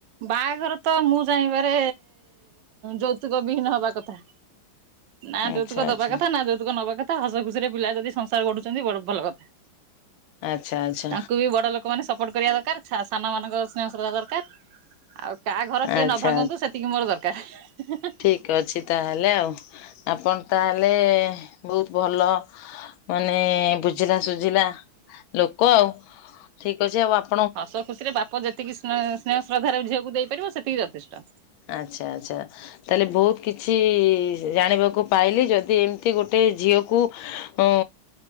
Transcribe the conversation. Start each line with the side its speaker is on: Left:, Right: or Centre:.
Right: ବାହାଘର ତ ମୁଁ ଚାହିଁବାରେ ଯୌତୁକ ବିହୀନ ହବା କଥା। ନା
Left: ଆଚ୍ଛା
Right: ଯୌତୁକ ଦବା
Left: ଆଚ୍ଛା।
Right: କଥା ନା ଯୌତୁକ ନବା କଥା ହସ ଖୁସିରେ ପିଲା ଯଦି ସଂସାର ଗଢୁଛନ୍ତି ବଡ ଭଲ କଥା।
Left: ଆଚ୍ଛା ଆଚ୍ଛା
Right: ତାଙ୍କୁ ବି ବଡ ଲୋକ ମାନେ ସପୋର୍ଟ କରିବା ଦରକାର ସାନ ମାନଙ୍କ ସ୍ନେହ ଶ୍ରଧା ଦରକାର। ଆଉ କାହା ଘର
Left: ଆଚ୍ଛା
Right: କିଏ ନ ଭାଙ୍ଗନ୍ତୁ ସେତିକି ମୋର ଦରକାର।
Left: ଠିକ ଅଛି ତାହେଲେ ଆଉ ଆପଣ ତାହେଲେ ବୋହୁତ ଭଲ। ମାନେ ବୁଝିଲା ସୁୁଝିଲା ଲୋକ ଆଉ ଠିକ ଅଛି ଆଉ ବାପ
Right: ହସ ଖୁସିରେ ବାପ ଯେତିକି ସ୍ନେହ ସେନ୍ହେଶ୍ରଦ୍ଧାରେ ଗୋଟେ ଝିଅ କୂ ଦେଇପାରିବ ସେତିକି ଯଥେଷ୍ଟ।
Left: ଆଛା ଆଚ୍ଛା। ତାହେଲେ ବୋହୁତ କିଛି ଜାଣିବାକୁ ପାଇଲି ଯଦି ଏମିତି ଗୋଟେ ଝିଅକୁ ଓ।